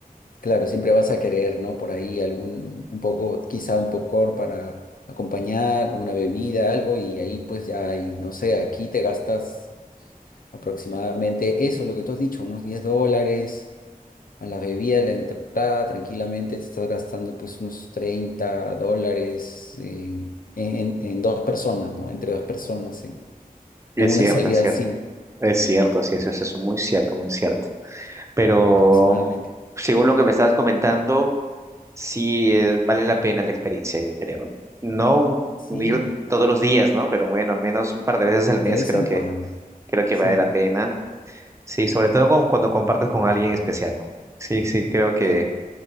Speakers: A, on the left; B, on the right.
A: claro, siempre vas a querer, ¿no? Por ahí algún, un poco, quizá un popcorn para acompañar, una bebida, algo, y ahí pues ya hay, no sé, aquí te gastas aproximadamente eso, lo que tú has dicho, unos 10 dólares, a la bebida, la entrada, tranquilamente te estás gastando pues unos 30 dólares en, en- en dos personas, ¿no? Entre dos personas, en
B: Es
A: en una
B: cierto,
A: <laughs> salida
B: es cierto.
A: al cine,
B: Es cierto, sí, eso es eso, es muy cierto, muy cierto. Pero
A: aproximadamente.
B: según lo que me estabas comentando, Sí, eh, vale la pena la experiencia, yo creo. No
A: Sí,
B: ir todos los días, ¿no? Pero bueno, al menos un par de veces al mes
A: de vez
B: creo
A: en
B: que,
A: cuando.
B: creo que
A: Sí,
B: vale la pena. Sí, sobre todo con- cuando compartes con alguien especial, ¿no? Sí, sí, creo que,
A: sí,